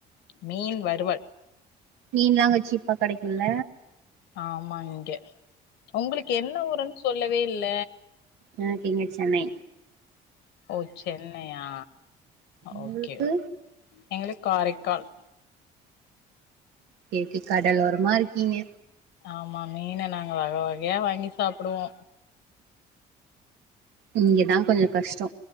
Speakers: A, on the left (about 85°); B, on the right (about 85°).
A: மீன் வறுவல்
B: மீன்லா அங்க சீப்பா கெடைக்குல்ல
A: ஆமா இங்க உங்களுக்கு என்ன ஊருன் சொல்லவே இல்ல
B: எனக்கு இங்க சென்னை
A: ஓ சென்னயா
B: உங்களுக்கு
A: ஓக்கே எங்களுக் காரைக்கால்
B: கேக்கு கடலோரமா இருக்கீங்க
A: ஆமா மீன நாங்க வக வகையா வாங்கி சாப்டுவோ
B: இங்கதா கொஞ்சொ கஷ்டோ